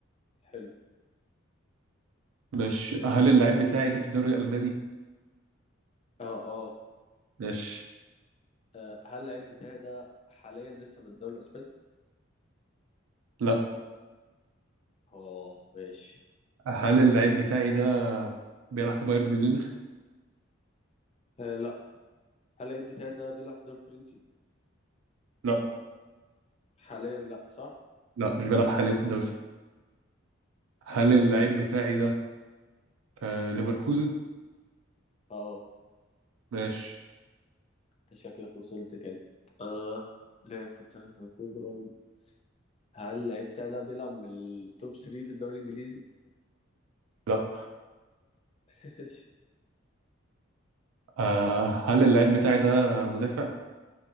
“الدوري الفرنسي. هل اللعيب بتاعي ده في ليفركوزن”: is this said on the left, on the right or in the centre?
Right